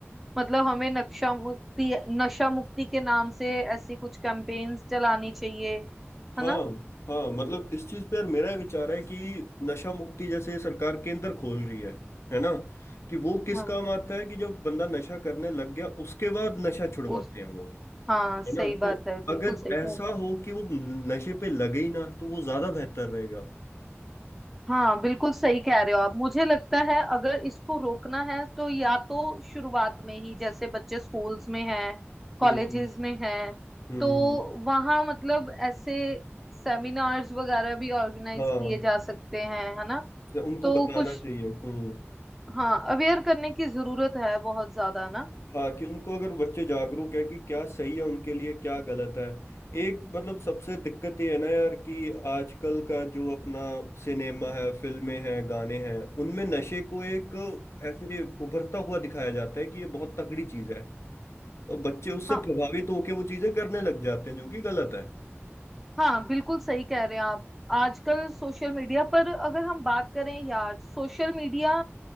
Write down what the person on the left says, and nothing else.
हाँ
हाँ मतलब इस चीज पे यार मेरा ये विचार है कि नशा मुक्ति जैसे सरकार केंद्र खोल रही है है ना कि वो किस
काम आता है कि जब बंदा नशा करने लग गया उसके बाद नशा छुड़वाते
हैं वो
है ना तो
अगर
ऐसा
हो कि वो नशे पे लगे ही ना तो वो ज्यादा बेहतर रहेगा
हम्म हम्म
हम्म,
हाँ
तो उनको
बताना
चाहिए हम्म
हाँ कि उनको अगर बच्चे जागरूक है कि क्या सही है उनके लिए क्या गलत है एक मतलब सबसे दिक्कत ये है ना यार कि आजकल का जो अपना सिनेमा है फिल्में हैं गाने हैं उनमें नशे को एक ऐसे उभरता हुआ दिखाया जाता है कि ये बहुत तगड़ी चीज है और बच्चे उससे
प्रभावित होकर वो चीजें करने लग जाते हैं जो कि गलत है